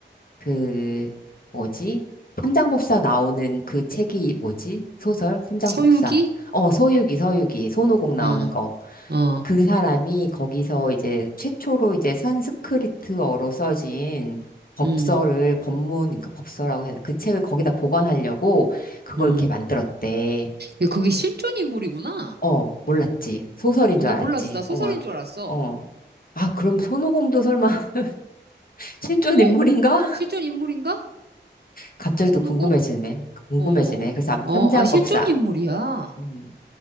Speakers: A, on the left; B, on the right.
A: 그 뭐지? 삼장법사 나오는 그 책이 뭐지? 소설? 삼장법사.
B: 서유기?
A: 어, 서유기, 서유기. 손오공 나오는
B: 어,
A: 거.
B: 어,
A: 그 사람이 거기서 이제 최초로 이제 산스크리트어로 써진 법서를
B: 음,
A: 법문, 그러니까 법서라고 해야 되나? 그 책을 거기다 보관하려고 그걸
B: 음.
A: 이렇게 만들었대.
B: 야, 그게 실존 인물이구나.
A: 어, 몰랐지. 소설인
B: 어,
A: 줄
B: 나
A: 알았지.
B: 몰랐어. 나 소설인
A: 어,
B: 줄 알았어.
A: 어. 아, 그럼 손오공도 설마 <laughs> 실존
B: 어?
A: 인물인가?
B: 실존 인물인가?
A: 갑자기
B: 손오공?
A: 또 궁금해지네. 궁금해지네.
B: 어,
A: 그래서 암-
B: 어,
A: 삼장
B: 아, 실존
A: 법사.
B: 인물이야.
A: 음.